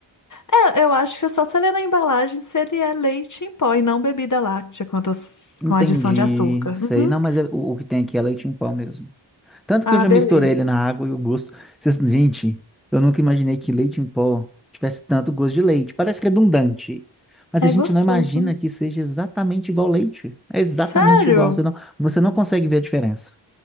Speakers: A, on the left; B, in the centre.
A: É, eu acho que é só você ler na embalagem se ele é leite em pó e não bebida láctea com, ados-
B: Entendi.
A: com adição de açúcar.
B: Sei.
A: Uhum.
B: Não, mas é- o, o que tem aqui é leite em pó mesmo. Tanto
A: Ah,
B: que eu já
A: beleza.
B: misturei ele na água e o gosto. Vocês- Gente, eu nunca imaginei que leite em pó tivesse tanto gosto de leite. Parece redundante, mas
A: É
B: a gente
A: gostoso.
B: não imagina que seja exatamente igual leite. É exatamente
A: Sério?
B: igual. Você não, você não consegue ver a diferença.